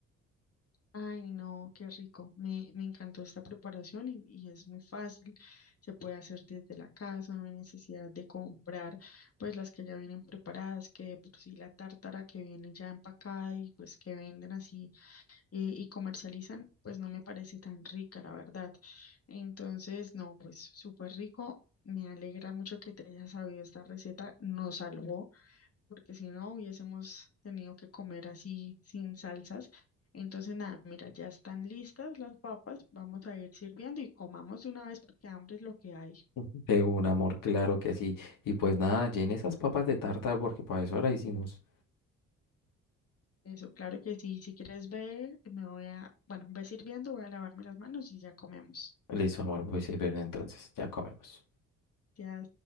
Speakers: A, on the left (about 35°); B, on the left (about 55°).
A: Ay, no, qué rico. Me, me encantó esta preparación y, y es muy fácil. Se puede hacer desde la casa, no hay necesidad de comprar pues las que ya vienen preparadas, que de por sí la tártara que viene ya empacada y pues que venden así eh, y comercializan, pues no me parece tan rica, la verdad. Entonces, no, pues súper rico. Me alegra mucho que te hayas sabido esta receta. Nos salvó, porque si no hubiésemos tenido que comer así sin salsas. Entonces, nada, mira, ya están listas las papas. Vamos a ir sirviendo y comamos de una vez porque hambre es lo que hay.
B: <laughs> De un amor, claro que sí. Y pues nada, llene esas papas de tarta porque para eso la hicimos.
A: Eso, claro que sí. Si quieres ver, me voy a, bueno, ve sirviendo, voy a lavarme las manos y ya comemos.
B: Listo, amor, voy a ver entonces, ya comemos.
A: Ya.